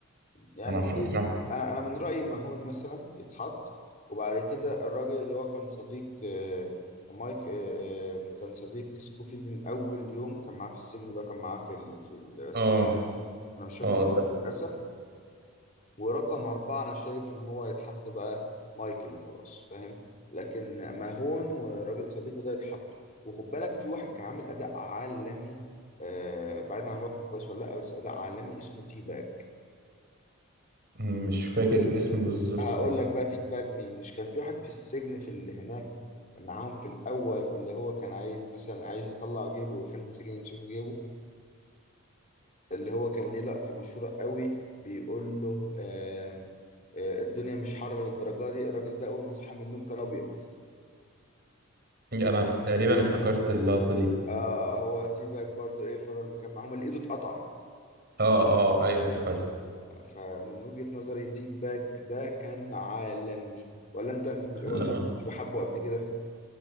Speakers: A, on the left; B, on the right.
A: يعني
B: انا هسأل-
A: في- انا انا من رايي ماهون مثلا يتحط وبعد كده الراجل اللي هو كان صديق آه، مايك آه، آه، كان صديق سكوفيلد من اول يوم كان معاه في السجن اللي هو كان معاه في ال... في ال...
B: اه
A: انا مش فاكر
B: اه
A: اسمه
B: ده
A: للاسف ورقم اربعه انا شايف ان هو يتحط بقى مايكل وخلاص فاهم لكن ماهون وراجل صديقه ده يتحطوا وخد بالك في واحد كان عامل اداء عالمي آه، بعيدا عن هو كان كويس ولا لا بس اداء عالمي اسمه تيباج
B: مش فاكر الاسم بالظبط
A: هقول لك بقى تيك باك مين مش كان في واحد في السجن في اللي هناك معاهم في الاول اللي هو كان عايز مثلا عايز يطلع جيبه ويخلي المساجين يمسكوا جيبه اللي هو كان ليه لقطة مشهورة قوي بيقول له آم، آه، الدنيا مش حر للدرجة دي الراجل ده اول ما صحى من النوم كان ابيض
B: يعني انا ف- تقريبا افتكرت اللقطه دي
A: اه هو تي باج برضو ايه فضل مكان معاهم اللي ايده اتقطع
B: اه اه ايوه افتكرت
A: فمن وجهة نظري تيك باج ده كان عالمي ولا انت انت مش ولا
B: لا
A: انت ما كنتش بحبه قبل كده